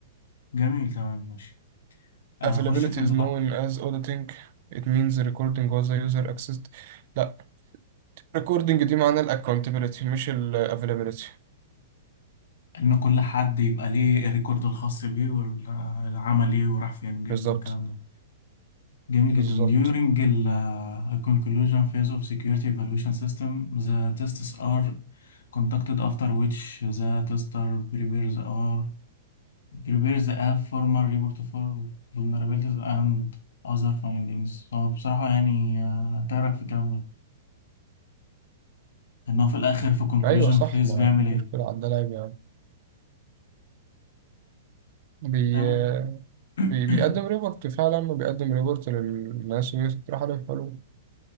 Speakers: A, on the left; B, on the right.
A: جميل تمام ماشي آه
B: Availability
A: خش في اللي
B: is known
A: بعد
B: as auditing. It means recording was a user accessed. لا recording دي معناها ال accountability مش ال availability
A: إن كل حد يبقى ليه الريكورد الخاص بيه والعمل إيه وراح فين وجه
B: بالظبط
A: منين الكلام جميل
B: بالظبط
A: جدا During ال uh, conclusion phase of security evaluation system, the tests are conducted after which the tester prepares or prepares a formal report for vulnerabilities and other findings. هو بصراحة يعني آه، انت إيه رأيك في الكلام ده ان هو في الاخر في conclusion
B: ايوه صح
A: phase
B: ما
A: بيعمل
B: فيش
A: ايه
B: مشكله على ده لاعب يعني بي...
A: تمام <coughs>
B: بي... بيقدم ريبورت فعلا وبيقدم ريبورت للناس ويطرح عليهم حلول